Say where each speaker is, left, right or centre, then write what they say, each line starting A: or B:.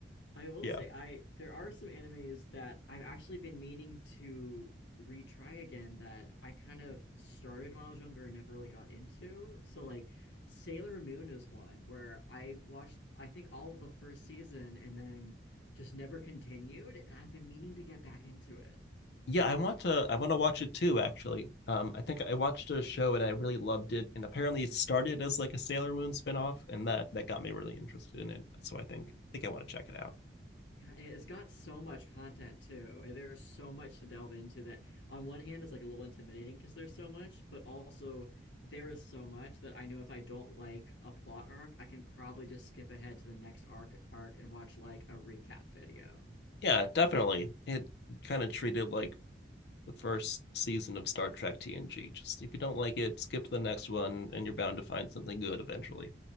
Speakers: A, on the left; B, on the left.
A: I will
B: yeah.
A: say I there are some animes that I've actually been meaning to retry again that I kind of started when I was younger and never really got into. So like Sailor Moon is one where I watched I think all of the first season and then just never continued, and I've been meaning to get back into it.
B: Yeah, I want to I want to watch it too, actually. Um, I think I watched a show and I really loved it, and apparently it started as like a Sailor Moon spinoff, and that that got me really interested in it. So I think I think I want to check it out.
A: Yeah, and it's got so much content too. and There's so much to delve into that on one hand is like a little intimidating because there's so much, but also there is so much that I know if I don't like a plot arc, I can probably just skip ahead to the next arc arc and watch like a recap video.
B: Yeah, definitely. It kind of treated like the first season of Star Trek TNG. Just if you don't like it, skip to the next one, and you're bound to find something good eventually.